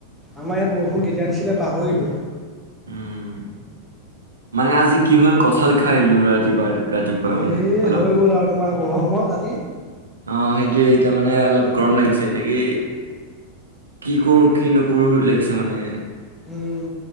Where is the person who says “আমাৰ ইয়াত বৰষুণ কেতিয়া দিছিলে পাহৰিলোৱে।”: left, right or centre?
Centre